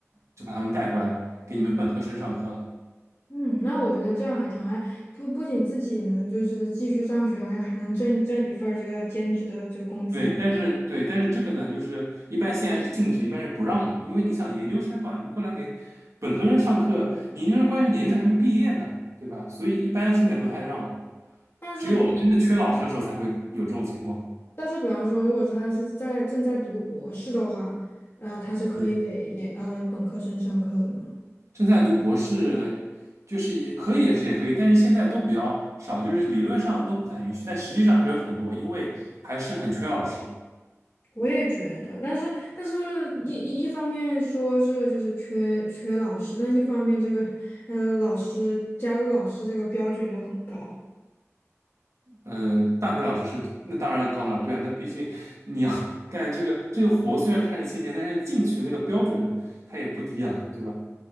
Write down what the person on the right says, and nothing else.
就把他们带过来给你们本科生上课了。
对，但是对，但是这个呢，就是一般现在是禁止，一般是不让的，因为你想研究生嘛，你过来给本科生上课，你研究生关键是研究生还没毕业呢，对吧？所以一般现在不太让了，
只有真的缺老师的时候才会有这种情况。
嗯，正在读博士，就是也可以，也是也可以，但是现在都比较少，就是理论上都不太允许，但实际上还是有很多，因为还是很缺老师。嗯
嗯，大学老师是那当然高了，对啊，那毕竟你要 <laughs> 干这个这个活，虽然看着清闲，但是进去那个标准它也不低啊，对吧？